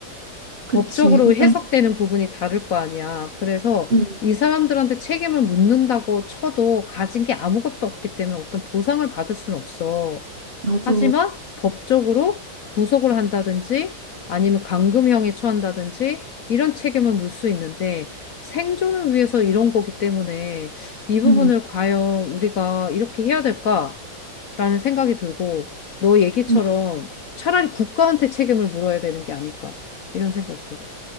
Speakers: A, on the right; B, on the left.
A: 그치.
B: 법적으로
A: 근데
B: 해석되는 부분이 다를 거 아니야. 그래서
A: 음,
B: 이 사람들한테 책임을 묻는다고 쳐도 가진 게 아무것도 없기 때문에 어떤 보상을 받을 수는 없어.
A: 맞아.
B: 하지만 법적으로 구속을 한다든지 아니면 감금형에 처한다든지 이런 책임을 물 수 있는데 생존을 위해서 이런 거기 때문에 이 부분을
A: 음,
B: 과연 우리가 이렇게 해야 될까라는 생각이 들고 너 얘기처럼
A: 음,
B: 차라리 국가한테 책임을 물어야 되는 게 아닐까 이런 생각이 들어.